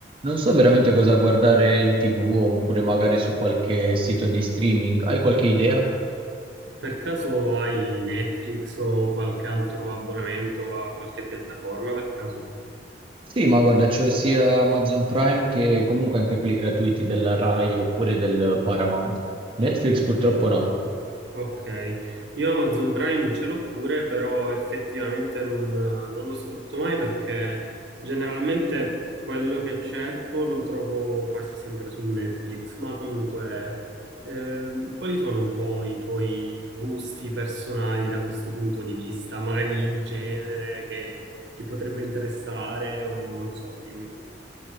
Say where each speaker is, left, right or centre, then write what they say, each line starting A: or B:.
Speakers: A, on the right; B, on the right.
A: Non so veramente cosa guardare in TV oppure magari su qualche sito di streaming. Hai qualche idea?
B: Per caso hai Netflix o qualche altro abbonamento a qualche piattaforma per caso?
A: Sì, ma guarda, c'ho sia Amazon Prime che comunque anche quelli gratuiti della Rai oppure del Paramount. Netflix purtroppo no.
B: Ok, io Amazon Prime ce l'ho pure, però effettivamente non, non lo sfrutto mai perché generalmente quello che cerco lo trovo quasi sempre su Netflix, ma comunque ehm, quali sono un po' i tuoi gusti personali da questo punto di vista? Magari il genere che ti potrebbe interessare o non so, dimmi tu.